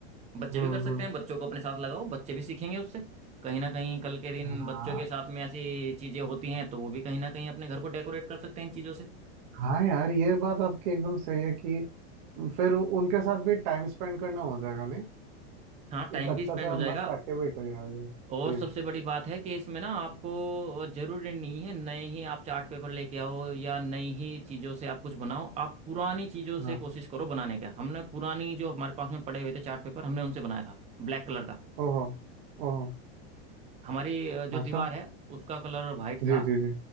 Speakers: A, on the right; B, on the right.
A: बच्चे
B: हम्म
A: भी कर सकते
B: हम्म
A: हैं बच्चों को अपने साथ लगाओ बच्चे भी सीखेंगे उससे कहीं ना कहीं कल के दिन
B: हाँ
A: बच्चों के साथ में ऐसी चीजें होती हैं तो वो भी कहीं ना कहीं अपने घर को डेकोरेट कर सकते हैं इन चीजों से
B: हाँ यार ये बात आपकी एकदम सही है कि फिर उनके साथ भी टाइम स्पेंड करना हो जाएगा नहीं
A: हाँ टाइम
B: एक अच्छा
A: भी स्पेंड
B: सा
A: हो जाएगा
B: मस्त एक्टिविटी हो जाएगा
A: और
B: जी
A: सबसे बड़ी बात है कि इसमें ना आपको जरूरी नहीं है नए ही आप चार्ट पेपर लेके आओ या नई ही चीजों से आप कुछ बनाओ आप पुरानी चीजों
B: हाँ
A: से कोशिश करो बनाने का हमने पुरानी जो हमारे पास में पड़े हुए थे चार्ट पेपर हमने उनसे बनाया था ब्लैक कलर का
B: ओहो ओहो
A: हमारी अ, जो
B: अच्छा
A: दीवार है उसका कलर वाइट
B: जी
A: था
B: जी जी